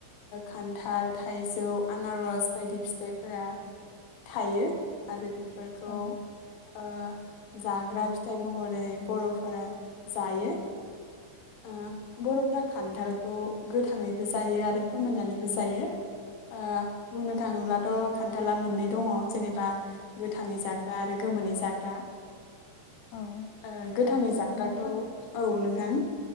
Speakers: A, on the left (about 70°); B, on the left (about 85°).
A: खान्थाल ओ थाइजौ आनारस बायदि फिथाइफोरा थायो आरो बे फोरखौ
B: औ
A: ओ जाग्रा फिथाइ महरै बरफोरा जायो ओ बरफोरा खान्थालखौ गोथाङैबो जायो आरो फोमोननानैबो जायो ओ बुंनो थाङोब्लाथ खान्थाला मोननै दङ जेनेबा गोथाङै जाग्रा आरो गोमोनै जायो जाग्रा
B: औ
A: ओ गोथाङै
B: आरो
A: जाग्राखौ
B: नोंथां
A: औ नों ओं